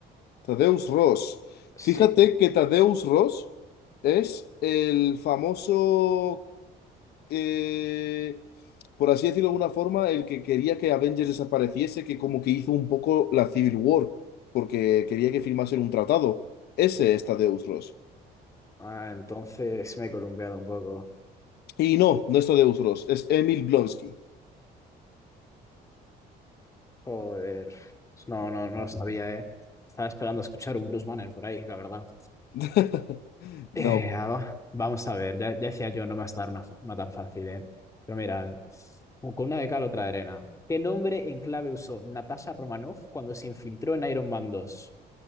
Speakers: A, on the left; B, on the left.
A: Tadeusz Ross.
B: Sí.
A: Fíjate que Tadeusz Ross es el famoso eh, por así decirlo de alguna forma, el que quería que Avengers desapareciese, que como que hizo un poco la Civil War, porque quería que firmasen un tratado. Ese está Deus Ross.
B: Ah, entonces me he columpiado un poco.
A: Y no, no es Deus Ross, es Emil Blonsky.
B: Joder. No, no, no lo sabía, ¿eh? Estaba esperando a escuchar un Bruce Banner por ahí, la verdad.
A: <laughs> No,
B: Eh, ah, vamos a ver, ya, ya decía yo, no me vas a dar una, fa- una tan fácil, ¿eh? Pero mira, con una de cal, otra de arena. ¿Qué nombre en clave usó Natasha Romanoff cuando se infiltró en Iron Man 2?